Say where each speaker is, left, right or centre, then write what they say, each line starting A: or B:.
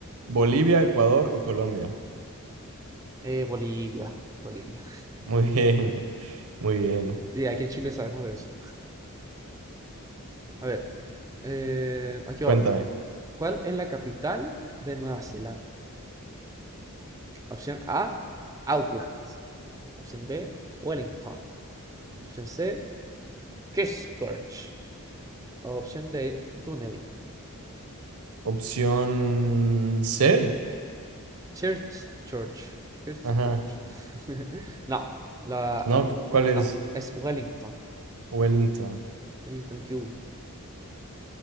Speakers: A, on the right; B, on the right.
A: Bolivia, Ecuador o Colombia?
B: Eh, Bolivia, Bolivia.
A: Muy bien. <laughs> Muy bien.
B: Y aquí en Chile sabemos de eso. A ver, eh, aquí
A: Cuéntame.
B: va otra. ¿Cuál es la capital de Nueva Zelanda? Opción A, Auckland. Opción B, Wellington. Opción C, Christchurch. Opción D, Dunedin.
A: Opción C.
B: Church, Church, Christchurch.
A: Ajá.
B: <laughs> No, la,
A: No,
B: eh,
A: cu- ¿cuál es
B: no, es Wellington.
A: Wellington?
B: Wellington Q.